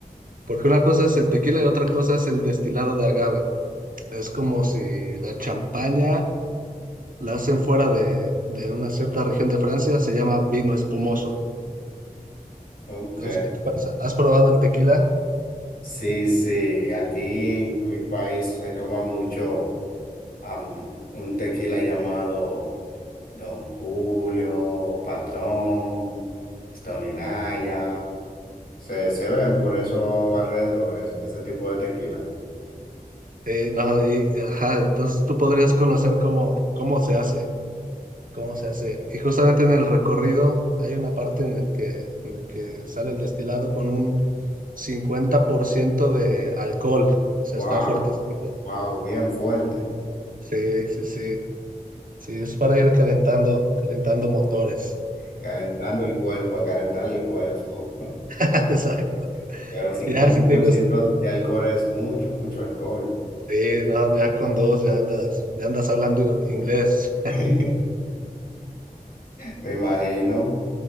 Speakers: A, on the right; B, on the left.
A: porque una cosa es el tequila y otra cosa es el destilado de agave. Es como si la champaña la hacen fuera de, de una cierta región de Francia, se llama vino espumoso.
B: Ok.
A: Entonces, ¿qué te parece? ¿Has probado el tequila?
B: Sí, sí, aquí en mi país se toma mucho am, un tequila llamado Don Julio, Patrón, Stolinaya. Se, se ven por esos alrededores ese tipo de tequila.
A: Eh, no, y- ajá, entonces tú podrías conocer cómo, cómo se hace, cómo se hace. Y justamente en el recorrido hay una parte en el que, en el que sale el destilado con un 50% de alcohol. O sea,
B: Wow,
A: está fuertecito.
B: wow, bien fuerte.
A: Sí, sí, sí. Sí, es para ir calentando, calentando motores.
B: Calentando el cuerpo, a calentar el cuerpo.
A: <laughs> Exacto.
B: <laughs> Pero cincuenta
A: Ya, si te
B: por
A: gusta.
B: ciento de alcohol es mucho, mucho alcohol.
A: Sí, no, ya con dos ya andas, ya andas hablando inglés.
B: <laughs> Me imagino.